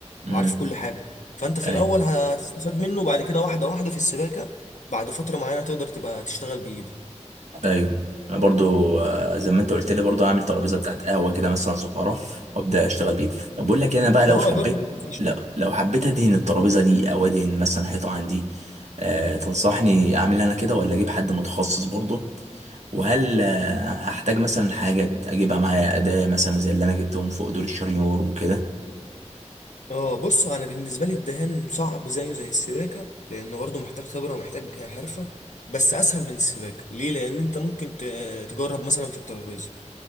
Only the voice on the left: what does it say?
وعارف كل حاجة فأنت في
الأول هتستفاد منه وبعد كده واحدة واحدة في السباكة بعد فترة معينة تقدر تبقى تشتغل بإيدك
اه
جرب الخشب.
اه بص أنا بالنسبة لي الدهان صعب زيه زي السباكة لأنه برضه محتاج خبرة ومحتاج حرفة بس أسهل من السباكة ليه؟ لأن أنت ممكن ت- تجرب مثلا في الترابيزة